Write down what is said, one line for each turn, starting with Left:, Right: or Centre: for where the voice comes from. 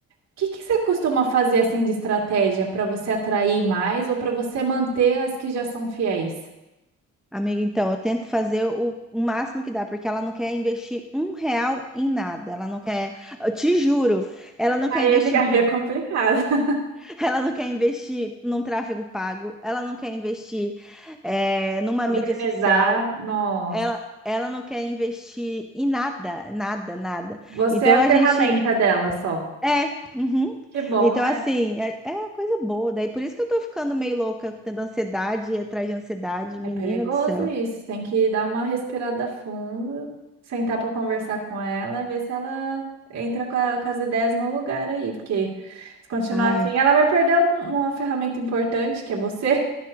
Right: O que que você costuma fazer assim de estratégia para você atrair mais ou para você manter as que já são fiéis?
Centre: Amiga, então, eu tento fazer o, o máximo que dá, porque ela não quer investir um real em nada. Ela não quer, eu te juro, ela não
Right: Aí
Centre: quer investir,
Right: é de- aí
Centre: no-
Right: é complicado. <laughs>
Centre: <laughs> ela não quer investir num tráfego pago, ela não quer investir é, numa
Right: Modernizar,
Centre: mídia social,
Right: nossa.
Centre: ela, ela não quer investir em nada, nada, nada.
Right: Você
Centre: Então
Right: é a
Centre: a
Right: ferramenta
Centre: gente
Right: dela só.
Centre: É, uhum.
Right: Que bom,
Centre: Então,
Right: né?
Centre: assim, é, é coisa boa. Daí por isso que eu tô ficando meio louca, tendo ansiedade atrás de ansiedade, menina
Right: É perigoso
Centre: do céu.
Right: isso. Tem que dar uma respirada fundo, sentar para conversar com ela, ver se ela entra com, a- com as ideias no lugar aí. Porque se continuar
Centre: Ai,
Right: assim, ela vai perder um- uma ferramenta importante, que é você.